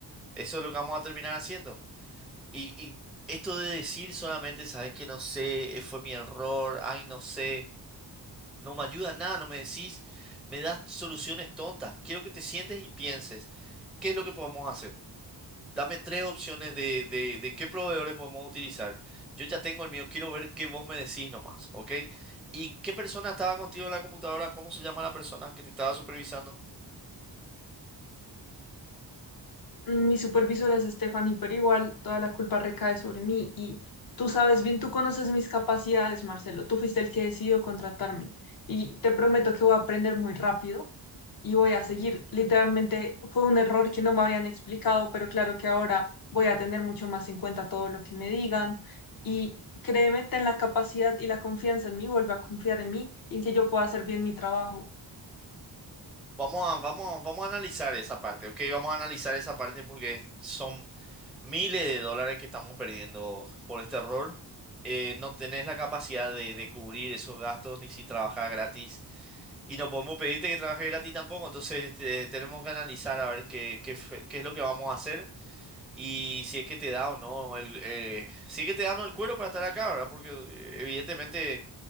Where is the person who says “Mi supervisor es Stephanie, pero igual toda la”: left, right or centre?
Left